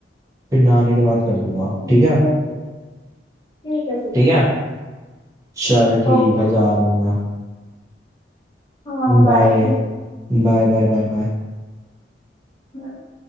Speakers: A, on the right; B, on the left.
A: फिर नहाने के बाद कर दूंगा
B: हम्म,
A: ठीक है
B: ठीक है ठीक
A: <laughs>
B: है ठीक
A: ठीक
B: है
A: है चल ठीक
B: Okay
A: है
B: okay
A: जा रहा हूँ मैं
B: हाँ बाय
A: Bye
B: ठीक
A: bye bye bye bye
B: है